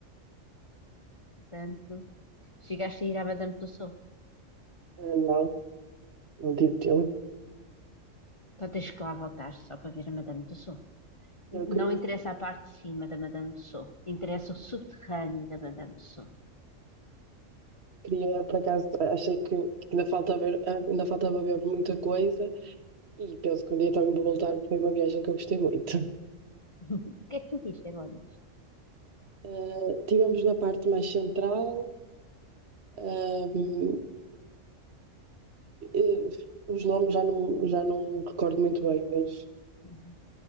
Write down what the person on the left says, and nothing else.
portanto. Chegaste a ir à Madame Tussauds.
Então tens que lá voltar só para ver a Madame Tussauds.
Não interessa a parte de cima da Madame Tussauds, interessa o subterrâneo da Madame Tussauds.
<laughs> O que é que tu viste em Londres?
Uhum.